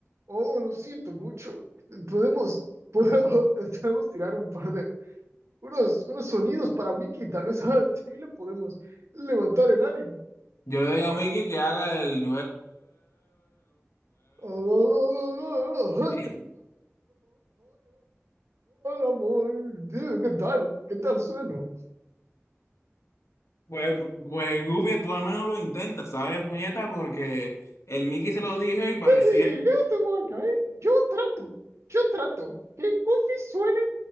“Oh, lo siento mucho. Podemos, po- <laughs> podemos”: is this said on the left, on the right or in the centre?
Right